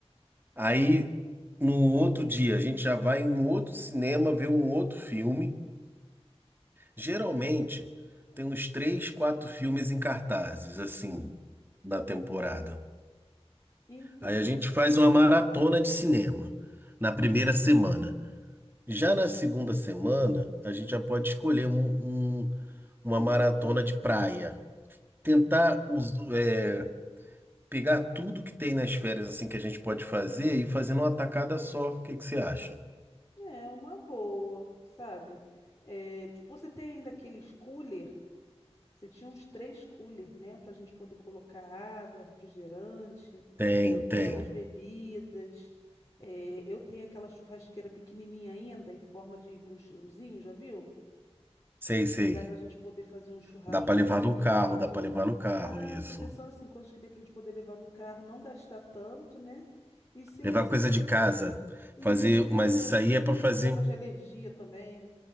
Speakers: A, on the right (about 20°); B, on the left (about 30°).
A: Aí, no outro dia, a gente já vai em um outro cinema ver um outro filme. Geralmente, tem uns três, quatro filmes em cartazes, assim, na temporada.
B: Então,
A: Aí a gente faz uma maratona de cinema na primeira semana. Já na segunda semana, a gente já pode escolher um, um- uma maratona de praia. Tentar us- é, pegar tudo que tem nas férias assim que a gente pode fazer e fazer numa tacada só. O que que você acha?
B: é uma boa, sabe? Eh, tu- você tem ainda aqueles cooler? Você tinha uns três cooler, né, para a gente poder colocar água, refrigerante,
A: Tenho, tenho.
B: né, umas bebidas. Eh, eu tenho aquela churrasqueira pequenininha ainda em forma de buchãozinho, já viu?
A: Sei, sei.
B: Dá pra gente poder fazer um churrascozinho.
A: Dá pra levar no carro, dá pra levar no carro,
B: Dá,
A: isso.
B: tô pensando assim, coisas que dê pra gente poder levar no carro, não gastar tanto, né? E ser
A: Levar
B: assim
A: coisa
B: uma.
A: de casa,
B: Isso,
A: fazer,
B: é
A: mas
B: que
A: isso
B: meus filhos
A: aí é pra
B: têm
A: fazer,
B: problema de alergia também.